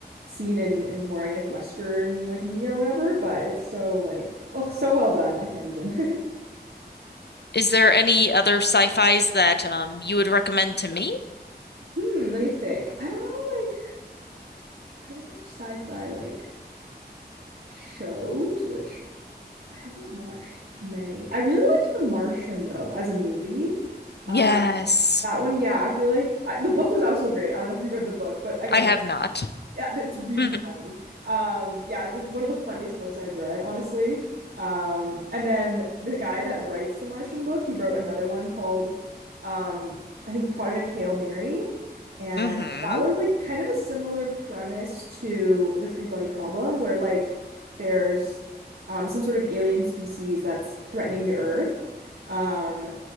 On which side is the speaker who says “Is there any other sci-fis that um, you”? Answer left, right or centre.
Left